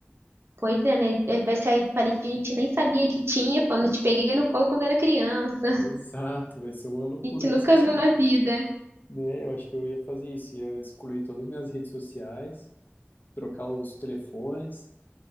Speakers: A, on the right; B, on the left.
A: pois é, né? É, Vai sair parente que a gente nem sabia que tinha, quando eu te peguei no colo quando era criança. <laughs>
B: Exato, vai ser uma loucura
A: A gente
B: desse
A: nunca
B: tipo,
A: viu na vida.
B: né? Eu acho que eu ia fazer isso, ia excluir todas as minhas redes sociais, trocar os telefones